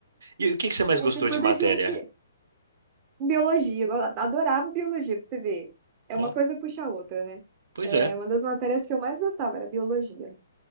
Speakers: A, on the right; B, on the right.
A: E o que que você mais
B: Mas
A: gostou
B: depois
A: de matéria?
B: a gente. Biologia, eu adorava biologia, pra você ver. É
A: Ó,
B: uma coisa puxa a outra, né?
A: pois
B: É
A: é.
B: uma das matérias que eu mais gostava era biologia.